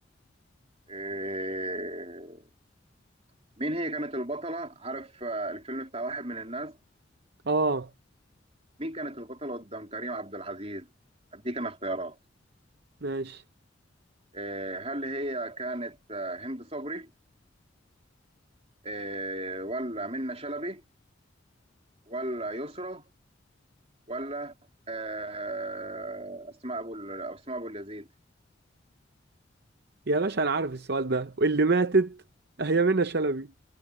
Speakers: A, on the right (about 35°); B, on the right (about 60°).
A: إيه مين هي كانت البطلة عارف آه، الفيلم بتاع واحد من الناس
B: عم. اه
A: مين كانت البطلة قدام كريم عبد العزيز أديك أنا اختيارات
B: ماشي
A: آه، هل هي كانت آه، هند صبري آه، ولا منة شلبي ولا يسرا ولا آه، أسماء أبو ال- أسماء أبو اليزيد
B: يا باشا انا عارف السؤال ده واللي ماتت هي منى شلبي